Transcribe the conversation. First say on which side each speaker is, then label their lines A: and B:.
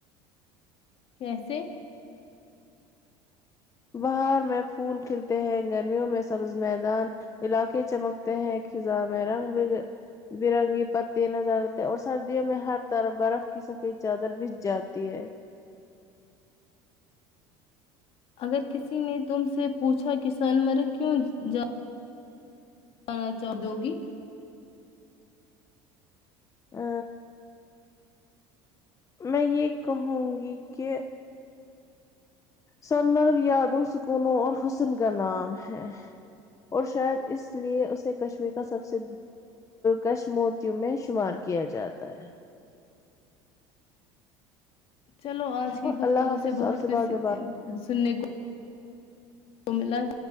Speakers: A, on the left; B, on the left.
A: کیسے
B: بہار میں پھول کھلتے ہیں گرمیوں میں سبز میدان علاقے چمکتے ہیں خزاں میں رنگ ب برنگی پتے نظر آتے ہیں اور سردیوں میں ہر طرف برف کی سفید چادر بج جاتی ہے
A: اگر کسی نے تم سے پوچھا کہ سونمرگ کیوں جا انا چپ د گی
B: آ <inaudible> میں یہ کہوں گی کہہ سن مر یادم س کونوں اور حسن کا نام ہے اور شاید اس لیے اسے کشمیر کا سب سے کشموتیوں میں شمار کیا جاتا ت <inaudible>
A: چلو آج کی گفتگو
B: اللہ حافظ
A: سے بہت
B: آپ
A: کچھ
B: بعد میں بات
A: سننے کو وہ ملا ہے